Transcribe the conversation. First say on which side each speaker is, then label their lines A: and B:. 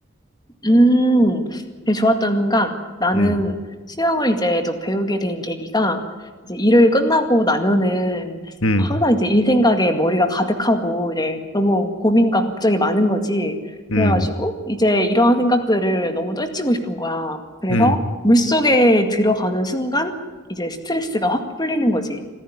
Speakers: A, on the left (about 20°); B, on the left (about 70°).
A: 음, 되게 좋았던 순간, 나는
B: 음,
A: 수영을 이제 또 배우게 된 계기가, 이제 일을 끝나고 나면은
B: 음,
A: 항상 이제 일 생각에 머리가 가득하고, 이제 너무 고민과 걱정이 많은 거지.
B: 음,
A: 그래가지고, 이제 이러한 생각들을 너무 떨치고 싶은 거야. 그래서
B: 음,
A: 물속에 들어가는 순간, 이제 스트레스가 확 풀리는 거지.